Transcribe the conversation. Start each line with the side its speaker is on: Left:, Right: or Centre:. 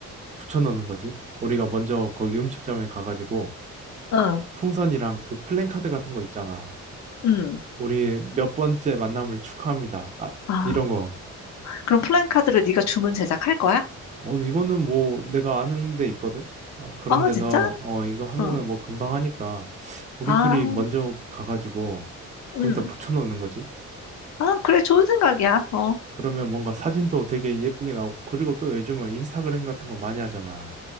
Right: 붙여넣는 거지. 우리가 먼저 거기 음식점에 가가지고
Left: 응,
Right: 풍선이랑 그 플랜카드 같은 거 있잖아.
Left: 응.
Right: 우리 몇 번째 만남을 축하합니다. 아,
Left: 아,
Right: 이런 거.
Left: 그럼 플랜카드를 네가 주문 제작할 거야?
Right: 어, 이거는 뭐 내가 아는 데 있거든? 아, 그런
Left: 어,
Right: 데서,
Left: 진짜?
Right: 어, 이거 하면은
Left: 응.
Right: 뭐 금방 하니까, 우리
Left: 아,
Right: 둘이 먼저 가가지고,
Left: 음.
Right: 거기다 붙여놓는 거지.
Left: 아, 그래, 좋은 생각이야. 어,
Right: 그러면 뭔가 사진도 되게 예쁘게 나오고, 그리고 또 요즘은 인스타그램 같은 거 많이 하잖아.